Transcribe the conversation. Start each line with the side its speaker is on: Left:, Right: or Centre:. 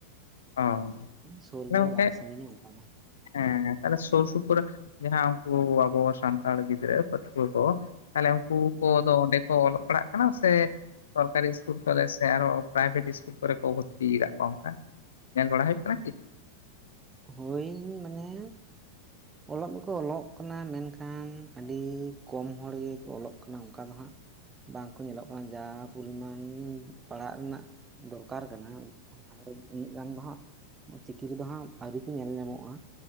Left: ᱚ ᱛᱟᱦᱚᱞᱮ
Right: ᱥᱩᱨ ᱜᱮᱭᱟ
Left: ᱜᱚᱝᱠᱮ
Right: ᱵᱟᱝ ᱥᱟᱺᱜᱤᱧᱟ ᱚᱱᱠᱟ ᱫᱚ
Left: ᱦᱮᱸ ᱛᱟᱦᱚᱞᱮ ᱥᱩᱨ ᱥᱩᱯᱩᱨ ᱡᱟᱦᱟᱸ ᱦᱩ ᱟᱵᱚ ᱥᱟᱱᱛᱟᱲ ᱜᱤᱫᱽᱨᱟᱹ ᱠᱟ ᱯᱟᱹᱴᱷᱩᱭᱟᱹ ᱠᱚ ᱛᱟᱦᱞᱮ ᱩᱱᱠᱩ ᱠᱚᱫᱚ ᱚᱹᱰᱮ ᱚᱞᱚᱜ ᱯᱟᱲᱦᱟᱜ ᱥᱮ ᱥᱚᱨᱠᱟᱨᱤ ᱥᱠᱩᱞ ᱠᱚᱨᱮ ᱥᱮ ᱟᱨᱚ ᱯᱨᱟᱭᱵᱷᱮᱴ ᱥᱠᱩᱞ ᱠᱚᱨᱮ ᱠᱚ ᱵᱷᱚᱨᱛᱤ ᱟᱠᱟᱫ ᱠᱚᱣᱟ ᱚᱱᱠᱟ ᱧᱮᱞ ᱵᱟᱲᱟ ᱦᱩᱭᱩᱜ ᱠᱟᱱᱟ ᱠᱤ
Right: ᱦᱳᱭ ᱢᱟᱱᱮ
Left: <inaudible>
Right: ᱚᱞᱚᱜ ᱫᱚᱠᱚ ᱚᱞᱚᱜ ᱠᱟᱱᱟ ᱢᱮᱱᱠᱷᱟᱱ ᱟᱹᱰᱤ ᱠᱚᱢ ᱦᱚᱲ ᱜᱮᱠᱚ ᱚᱞᱚᱜ ᱠᱟᱱᱟ ᱚᱱᱠᱟ ᱫᱚ ᱦᱟᱸᱜ ᱵᱟᱝᱠᱚ ᱧᱮᱞᱚᱜ ᱠᱟᱱᱟ ᱡᱟ ᱯᱚᱨᱤᱢᱟᱱ ᱯᱟᱲᱟᱜ ᱨᱮᱱᱟᱜ ᱫᱚᱨᱠᱟᱨ ᱠᱟᱱᱟ ᱩᱱᱟᱹᱜ ᱜᱟᱱ ᱫᱚ ᱦᱟᱸᱜ ᱪᱤᱠᱤ ᱨᱮᱫᱚ ᱦᱟᱸᱜ ᱟᱹᱣᱨᱤ ᱠᱚ ᱧᱮᱞ ᱧᱟᱢᱚᱜᱼᱟ